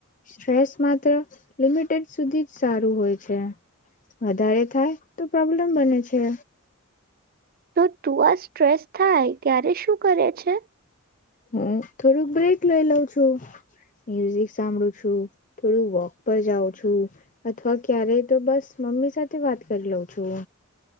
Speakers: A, on the left (about 35°); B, on the right (about 45°).
A: સ્ટ્રેસ માત્ર લિમિટેડ સુધી જ સારું હોય છે વધારે થાય તો પ્રોબ્લેમ બને છે.
B: તો તું આ સ્ટ્રેસ થાય ત્યારે શું કરે છે?
A: હું થોડુંક બ્રેક લઈ લઉં છું મ્યુઝિક સાંભળું છું થોડું વોક પર જાઉં છું અથવા ક્યારેય તો બસ મમ્મી સાથે વાત કરી લઉં છું.